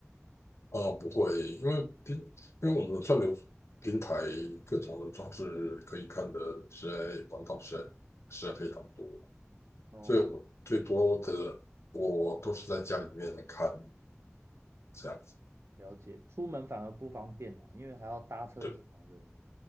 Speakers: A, on the left; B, on the right.
A: 啊，不会，因为平因为我们的串流平台各种的装置可以看的实在管道实在实在非常多，
B: 哦，
A: 所以我最多的我都是在家里面看这样子。
B: 了解。出门反而不方便啦，因为还要搭车什么的。
A: 对，